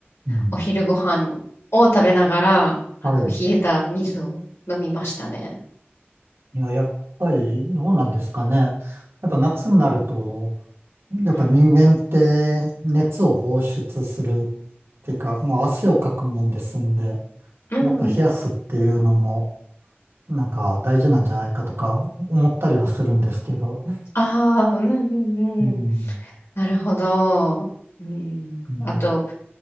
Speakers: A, on the right; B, on the left.
A: うん。
B: お昼ご飯を食べながら、あの、
A: はい。
B: 冷えた水を飲みましたね。
A: いや、やっぱりどうなんですかね。やっぱ夏になると、やっぱ人間って熱を放出するっ
B: うん。
A: ていうか、まあ汗をかくもんですんで、
B: うん
A: やっぱ冷やすっていうのもなんか大事なんじゃないかとか思ったりはするんですけど、
B: ああ、うんうんうん。
A: うん、
B: なるほど。うん。
A: ね。
B: あと、